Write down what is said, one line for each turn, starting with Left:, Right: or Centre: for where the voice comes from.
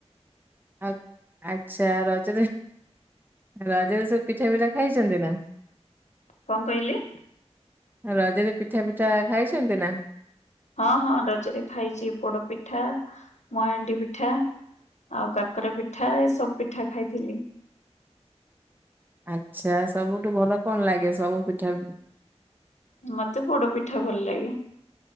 Right: ଆଉ ଆଚ୍ଛା ରଜରେ ରଜରେ ସବୁ ପିଠା ଫିଠା ଖାଇଛନ୍ତିନା।
Left: କଣ କହିଲେ?
Right: ରଜରେ ପିଠା ଫିଠା ଖାଇଛନ୍ତିନା।
Left: ହଁ ହଁ ରଜରେ ଖାଇଚି ପୋଡ ପିଠା ମୋହାଣ୍ଡି ପିଠା। ଆଉ କାକରା ପିଠା ଏସବୁ ପିଠା ଖାଇଥିଲି।
Right: ଆଚ୍ଛା ସବୁଠୁ ଭଲ କଣ ଲାଗେ ସବୁ ପିଠା?
Left: ମତେ ପୋଡ ପିଠା ଭଲ ଲାଗେ।